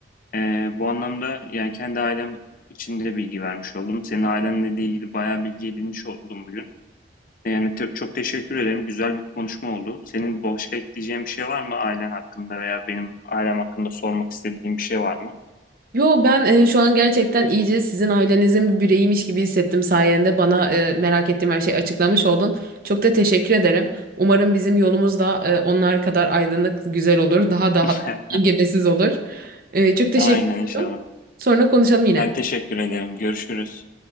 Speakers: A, on the left (about 45°); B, on the right (about 50°).
A: Ee, bu anlamda yani kendi ailem içinde bilgi vermiş oldum. Senin ailenle de ilgili bayağı bilgi edinmiş oldum bugün. Yani te- çok teşekkür ederim. Güzel bir konuşma oldu. Senin başka ekleyeceğin bir şey var mı ailen hakkında veya benim ailem hakkında sormak istediğin bir şey var mı?
B: Yo ben e, şu an gerçekten iyice sizin ailenizin bir bireyiymiş gibi hissettim sayende. Bana e, merak ettiğim her şeyi açıklamış oldun. Çok da teşekkür ederim. Umarım bizim yolumuz da e, onlar kadar aydınlık, güzel olur. Daha da
A: <laughs>
B: hatta engebesiz olur. E, çok teşekkür
A: Aynen inşallah.
B: ederim. Sonra konuşalım yine.
A: Ben teşekkür ederim. Görüşürüz.